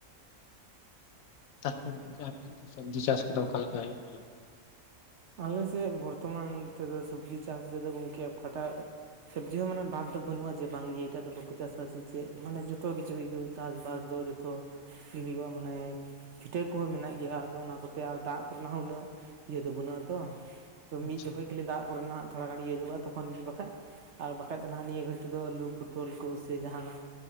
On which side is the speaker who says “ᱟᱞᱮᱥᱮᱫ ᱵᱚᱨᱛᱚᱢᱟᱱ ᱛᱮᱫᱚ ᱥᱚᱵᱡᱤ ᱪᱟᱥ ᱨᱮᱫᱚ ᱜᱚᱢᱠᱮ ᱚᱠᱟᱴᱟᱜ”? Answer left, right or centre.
Right